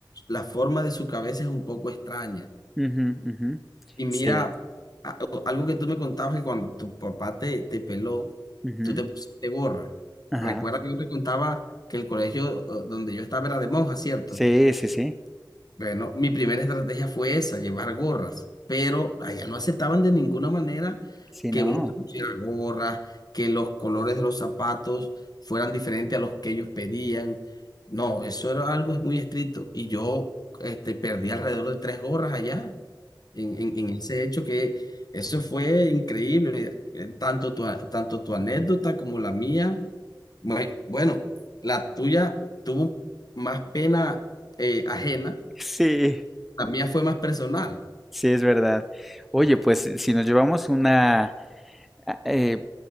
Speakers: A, on the left; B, in the centre.
A: la forma de su cabeza es un poco extraña.
B: ujú, ujú.
A: Y mira,
B: Sí.
A: a- algo que tú me contabas que cuando tu papá te, te peló,
B: ujú,
A: tú te pusiste gorra.
B: Ajá.
A: Recuerda que yo te contaba que el colegio eh, donde yo estaba era de monjas, ¿cierto?
B: Sí, sí, sí.
A: Bueno, mi primera estrategia fue esa, llevar gorras, pero allá no aceptaban de ninguna manera
B: Sí,
A: que
B: no.
A: uno se pusiera gorras, que los colores de los zapatos fueran diferentes a los que ellos pedían. No, eso era algo muy estricto. Y yo, este, perdí alrededor de tres gorras allá en, en- en ese hecho que eso fue increíble. Eh, Tanto tu, a- tanto tu anécdota como la mía. Bue- Bueno, la tuya tuvo más pena eh, ajena
B: Sí,
A: la mía fue más personal.
B: sí, es verdad. Oye, pues si nos llevamos una, a- eh,